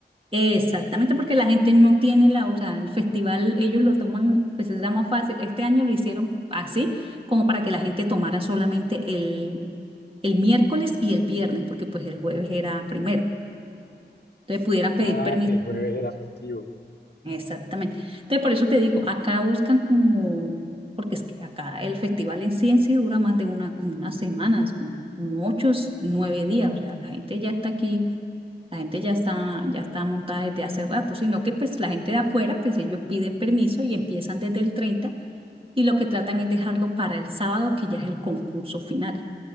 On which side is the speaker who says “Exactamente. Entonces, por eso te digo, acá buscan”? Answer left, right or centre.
Right